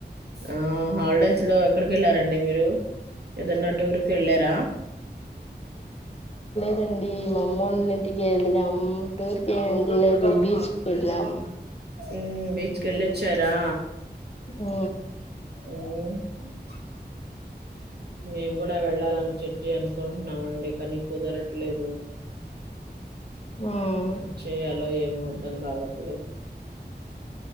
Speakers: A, on the right; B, on the left.
A: ఆ హాలిడేస్ లో ఎక్కడికి వెళ్ళారండి మీరు ఏదన్నా టూరుకి వెళ్ళరా
B: దండి మా అమ్మళ్ళ ఇంటికి వెళ్ళాం టూర్ కి వెళ్ళలేదు బీచ్కిి వెళ్ళాం
A: ఊ కెళ్ళచ్చారా
B: ఆ
A: అ <inaudible> మేము కూడా వెళ్ళాలని చెట్ి అనుకుంటున్నామ అండి కానీ కుదరట్లేదు
B: ఉమ్
A: చేయాలో ఏమో అర్థం కావట్లేదు